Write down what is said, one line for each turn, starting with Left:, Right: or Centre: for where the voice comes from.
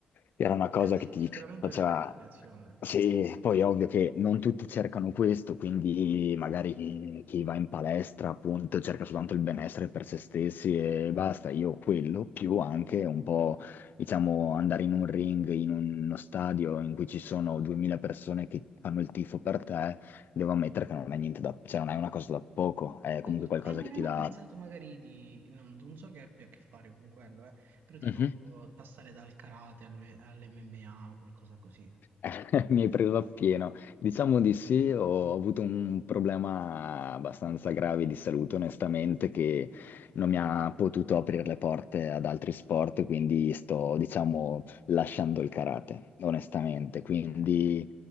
Left: era una cosa
Right: Eh sì,
Left: che ti
Right: sicuramente
Left: Faceva...
Right: è una gratificazione, sì,
Left: Sì,
Right: sì, sì. sì. Mm.
Left: poi è ovvio che non tutti cercano questo, quindi magari chi chi va in palestra appunto cerca soltanto il benessere per se stessi e basta, io quello, più anche un po', diciamo, andare in un ring, in uno stadio in cui ci sono 2000 persone che fanno il tifo per te, devo ammettere che non è niente da, cioè non è una cosa da poco, è comunque
Right: Capito?
Left: qualcosa
Right: E non
Left: che
Right: hai
Left: ti dà
Right: mai pensato magari di, non, non so che abbia a che fare con quello, eh, però tipo
Left: Mhm.
Right: passare dal karate all'MMA o qualcosa così.
Left: <laughs> Mi hai preso appieno. Diciamo di sì, ho avuto un problema abbastanza grave di salute, onestamente, che non mi ha potuto aprire le porte ad altri sport, quindi sto, diciamo, lasciando il karate, onestamente. Quindi
Right: Cioè,